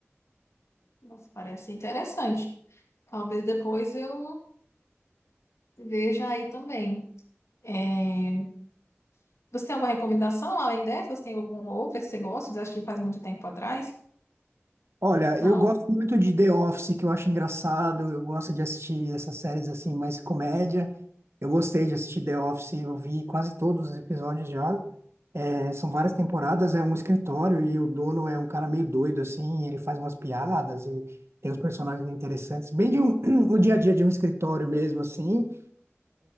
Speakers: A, on the left (about 75°); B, on the right (about 65°).
A: nossa, parece interessante. Talvez depois eu veja aí também. É, Você tem alguma recomendação além dessa? Você tem algum outro que você gosta? Você assistiu faz muito tempo atrás?
B: Olha,
A: Não.
B: eu gosto muito de The Office, que eu acho engraçado, eu gosto de assistir essas séries assim, mais comédia. Eu gostei de assistir The Office, eu vi quase todos os episódios já. É, são várias temporadas, é um escritório e o dono é um cara meio doido, assim, ele faz umas piadas e tem uns personagens interessantes, bem de um, <clears throat> o dia a dia de um escritório mesmo, assim.